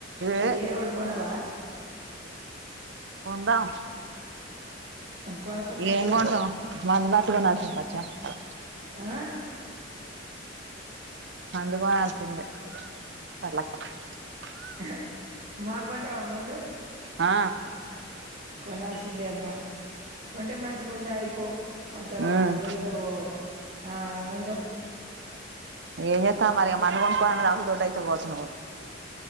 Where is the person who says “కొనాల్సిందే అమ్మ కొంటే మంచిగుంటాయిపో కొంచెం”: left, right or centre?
Right